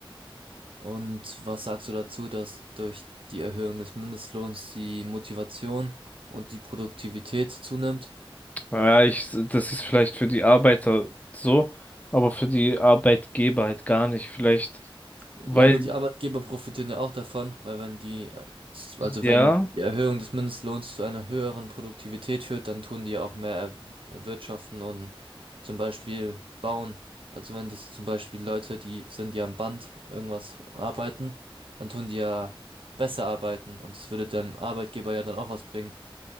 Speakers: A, on the right; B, on the left.
A: und was sagst du dazu, dass durch die Erhöhung des Mindestlohns die Motivation und die Produktivität zunimmt?
B: Ja, ich, das ist vielleicht für die Arbeiter so, aber für die Arbeitgeber halt gar nicht. Vielleicht,
A: Ja,
B: weil,
A: aber die Arbeitgeber profitieren ja auch davon, weil wenn die, äh, also
B: ja,
A: wenn die Erhöhung des Mindestlohns zu einer höheren Produktivität führt, dann tun die ja auch mehr er- erwirtschaften und zum Beispiel bauen. Also wenn das zum Beispiel Leute, die sind, die am Band irgendwas arbeiten, dann tun die ja besser arbeiten und es würde dem Arbeitgeber ja dann auch was bringen.